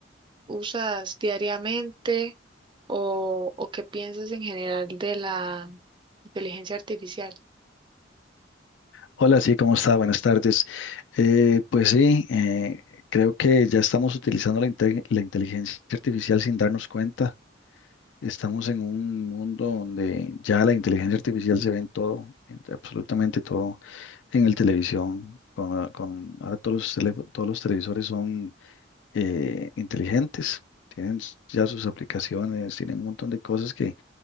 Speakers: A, on the right; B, on the left.
A: usas diariamente o, o qué piensas en general de la inteligencia artificial?
B: Hola, sí, ¿cómo está? Buenas tardes. Eh, pues sí, eh, creo que ya estamos utilizando la, inte- la inteligencia artificial sin darnos cuenta. Estamos en un mundo donde ya la inteligencia artificial se ve en todo, en absolutamente todo, en el televisión, con, la- con- ahora todos los, teléfo- todos los televisores son eh, inteligentes, tienen s- ya sus aplicaciones, tienen un montón de cosas que,